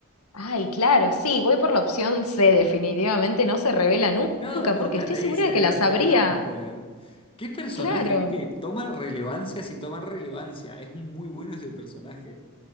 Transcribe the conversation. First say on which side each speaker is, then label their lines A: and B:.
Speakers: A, on the left; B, on the left.
A: Ay, claro, sí, voy por la opción C, definitivamente no se revela nunca,
B: No, nunca
A: porque estoy
B: te dicen
A: segura de que
B: el
A: la
B: apellido
A: sabría.
B: Gangster. Qué personaje
A: Claro,
B: que toma relevancia sin tomar relevancia. Es muy bueno ese personaje.